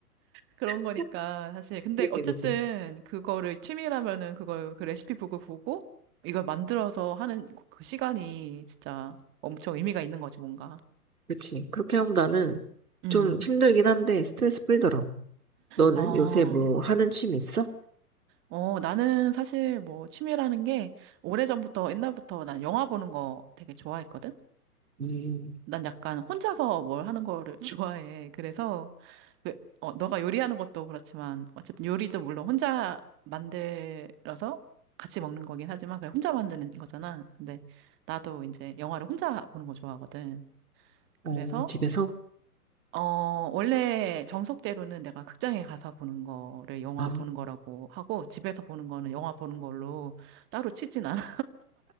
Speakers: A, on the right; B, on the right.
A: 그런
B: <laughs>
A: 거니까, 사실. 근데
B: 그지,
A: 어쨌든,
B: 그지.
A: 그거를 취미라면은 그걸, 그 레시피북을 보고, 이걸 만들어서 하는 그, 그 시간이 진짜 엄청 의미가 있는 거지, 뭔가.
B: 그치. 그렇게 하면 나는
A: 음.
B: 좀 힘들긴 한데 스트레스 풀더라. 너는
A: 아,
B: 요새 뭐 하는 취미 있어?
A: 어, 나는 사실 뭐 취미라는 게, 오래전부터, 옛날부터 난 영화 보는 거 되게 좋아했거든?
B: 음,
A: 난 약간 혼자서 뭘 하는 거를 <laughs> 좋아해. 그래서, 왜- 어, 너가 요리하는 것도 그렇지만, 어쨌든 요리도 물론 혼자 만들어서 같이 먹는 거긴 하지만, 그냥 혼자 만드는 거잖아. 근데 나도 이제 영화를 혼자 보는 거 좋아하거든. 그래서,
B: 어, 집에서?
A: 어, 원래 정석대로는 내가 극장에 가서 보는 거를 영화
B: 아,
A: 보는 거라고 하고, 집에서 보는 거는 영화 보는 걸로 따로 치진 않아.